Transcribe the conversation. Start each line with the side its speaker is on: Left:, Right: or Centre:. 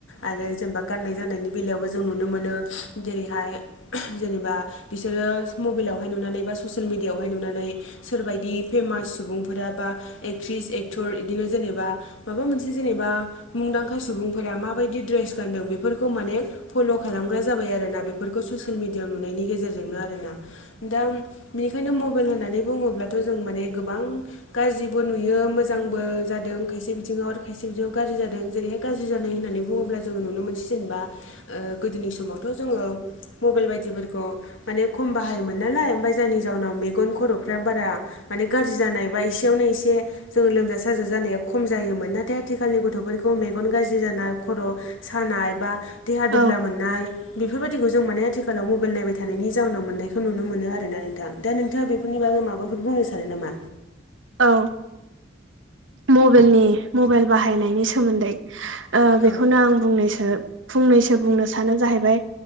Left: आरो जेनेबा गाननाय जोमनायनि बेलायावबो जों नुनो मोनो <unintelligible> जेरैहाय <unintelligible> जेनेबा बिसोरो मबाइलावहाय नुनानै बा ससियेल मिडियाआवहाय नुनानै सोरबायदि फेमास सुबुंफोरा बा एक्ट्रिस एक्टर इदिनो जेनेबा माबा मोनसे जेनेबा मुंदांखा सुबुं फोरा माबायदि द्रेस गानदों बेफोरखौ माने फल' खालामग्रा जाबाय आरोना बेफोरखौ ससे सियेल मिडियाआव नुनायनि गेजेरजोंनो आरो ना दा बेनिखायनो मबाइल होननानै बुङोब्लाथ' जों माने गोबां गाज्रिबो नुयो मोजांबो जादों खायसे बिथिङाव आरो खायसे बिथिङाव गाज्रि जादों जेरैहाय गाज्रि ज्रि जानाय होननानै बुङोब्ला जोङो नुनो मोनसै जेनेबा ओ गोदोनि समावथ' जोङो मबाइल बायदिफोरखौ माने खम बाहायोमोन नालाय ओमफाय जायनि जाउनाव मेगन खर'फ्रा बारा माने गाज्रि जानाय बा एसेयावनो एसे जोङो लोमजा साजा जानाया खम जायोमोन नाथाय आथिखालनि गथ'फोरखौ मे गन गाज्रि जानाय खर' सानाय बा देहा
Right: औ
Left: दुब्ला मोन नाय बेफोरबायदिखौ जों माने आथिखालाव मबाइल नायबाय थानायनि जाउनाव मोननायखौ नुनो मोनो आरोना नोंथां। दा नोंथाङा बेफोरनि बागै माबाफोर बुंनो सानो नामा?
Right: औ। मबेलनि मबाइल बाहायनायनि सोमोन्दै ओ
Left: औ
Right: बेखौनो आं बुंनोसो फंनैसो बुंनो सानो जाहैबाय